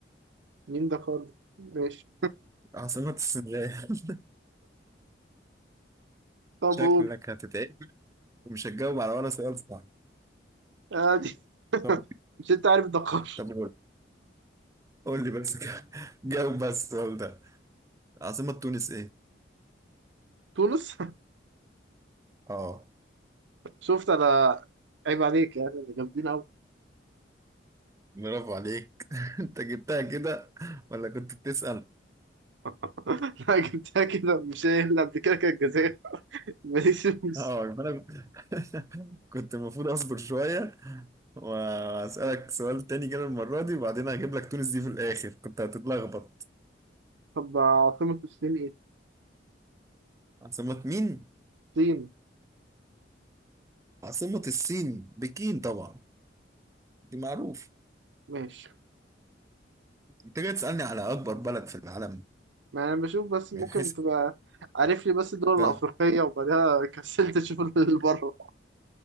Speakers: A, on the right (about 80°); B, on the right (about 15°).
A: مين دكار ماشي
B: عاصمة السنغال <laughs>
A: طب
B: شكلك
A: قول
B: هتتعب ومش هتجاوب على ولا سؤال صح
A: عادي
B: طب
A: مش انت عارف دكار
B: طب قول قول لي بس كده. <laughs> جاوب بس السؤال ده عاصمة تونس ايه؟
A: تونس <laughs>
B: اه
A: شفت انا عيب عليك يعني انا جامدين قوي
B: برافو عليك <laughs> انت جبتها كده ولا كنت بتسأل
A: <laughs> لا جبتها كده مش هي اللي قبل كده كانت الجزائر <laughs> ماليش فلوس
B: اه يبقى انا <laughs> كنت المفروض اصبر شويه واسالك سؤال تاني كده المره دي وبعدين هجيب لك تونس دي في الاخر كنت هتتلخبط
A: طب عاصمة الصين ايه؟
B: عاصمه مين
A: الصين
B: عاصمه الصين بكين طبعا دي معروف
A: ماشي
B: انت جاي تسالني على اكبر بلد في العالم
A: ما انا بشوف بس ممكن
B: من حيث
A: تبقى عارف لي بس الدول
B: كان
A: الافريقية وبعدها كسلت اشوف اللي بره